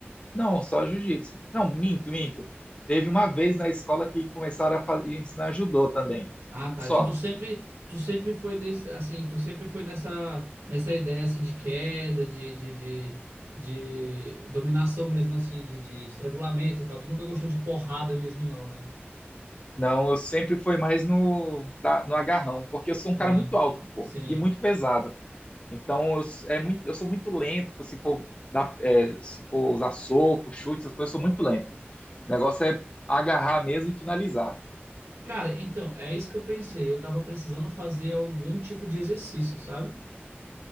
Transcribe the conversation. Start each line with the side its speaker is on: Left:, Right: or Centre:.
Left: Não, só jiu-jitsu. Não, minto, minto. Teve uma vez na escola que começaram a fa- ensinar judô também.
Right: Ah, tá.
Left: Só.
Right: Então tu sempre, tu sempre foi desse, assim, tu sempre foi nessa, nessa ideia assim de queda, de, de, de, de dominação mesmo assim, de, de estrangulamento e tal. Tu nunca gostou de porrada mesmo não, né?
Left: Não, eu sempre fui mais no, pra- no agarrão, porque eu sou um
Right: Sim,
Left: cara muito alto, pô,
Right: sim.
Left: e muito pesado. Então eu, s- é muito, eu sou muito lento, pô, se for dar, é, se for usar soco, chute, essas coisas, eu sou muito lento. O negócio é agarrar mesmo e finalizar.
Right: Cara, então, é isso que eu pensei. Eu tava precisando fazer algum tipo de exercício, sabe?